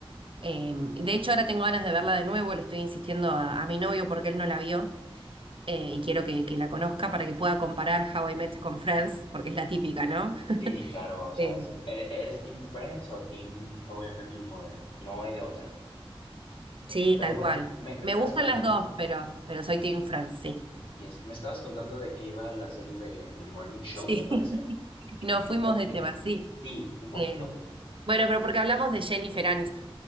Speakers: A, on the right (about 60°); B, on the left (about 60°).
A: eh, de hecho, ahora tengo ganas de verla de nuevo. Le estoy insistiendo a, a mi novio porque él no la vio. eh, y quiero que, que la conozca para que pueda comparar How I Met con Friends, porque es la típica, ¿no?
B: Sí, claro, o sea,
A: Eh,
B: es- ¿ere- ¿eres Team Friends o Team How I Met Your Mother? No hay de otra.
A: sí,
B: Pero
A: tal
B: bueno,
A: cual.
B: me, me
A: Me
B: estabas
A: gustan
B: contando,
A: las dos, pero, pero soy Team Friends, sí.
B: yes, me estabas contando de que iba la serie de The Morning Show,
A: Sí.
B: me parece.
A: <laughs> Nos fuimos
B: No,
A: de
B: no,
A: tema, sí.
B: sí, un poquito.
A: Eh, bueno, pero porque hablamos de Jennifer Aniston.